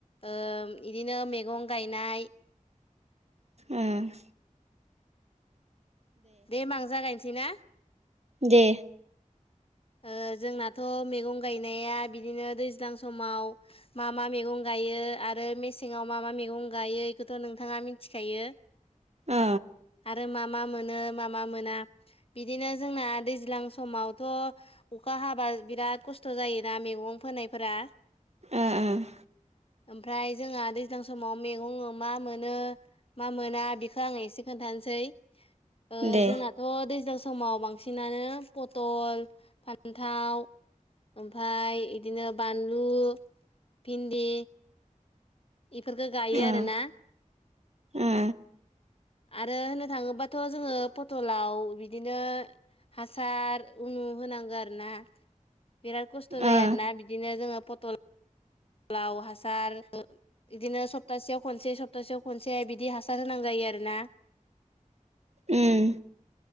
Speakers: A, on the left; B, on the right.
A: ओम बिदिनो मैगं गायनाय
B: उम
A: दे होमबा आं जागायनोसै ना?
B: दे
A: ओ जोंनाथ' मैगं गायनाया बिदिनो दैज्लां समाव मा मा मैगं गायो आरो मेसेंआव मा मा मैगं गायो बेखौथ' नोंथाङा मिथिखायो
B: ओ
A: आरो मा मा मोनो मा मा मोना बिदिनो जोंना दैज्लां समाव थ' अखा हाबा बिराद खस्थ' जायोना मैगं फोनायफोरा
B: उम उम
A: ओमफ्राय जोंहा दैज्लां समाव मैगं ओमा मोनो मा मोना बेखौ आङो एसे खोनथानोसै ओ
B: दे
A: जोंनाथ' दैज्लां समाव बांसिनानो पथल, फान्थाव ओमफ्राय बिदिनो बानलु, भिन्दि बेफोरखौ गायो आरोना
B: ओ ओ
A: आरो होननो थाङोबाथ' जोङो पटलाव बिदिनो हासार उनु होनांगौ आरोना बिराद खस्थ' जायो
B: ओ
A: आरोना बिदिनो जोङो पटलाव हासार बिदिनो सप्तासेयाव खनसे सप्तासेयाव खनसे बिदि हासार होनां जायो आरोना
B: उम